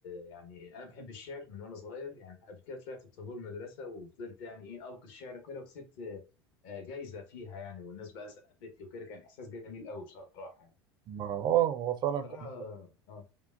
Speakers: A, on the left; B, on the right.
A: يعني انا بحب الشعر من وانا صغير يعني قبل كده طلعت بطابور مدرسه وفضلت يعني ايه القي الشعر وكده وكسبت آه، جايزه فيها يعني والناس بقى سقفت لي وكده كان احساس جميل قوي بصراحه يعني
B: ما- اه هو فعلا
A: بصراحه
B: كان
A: اه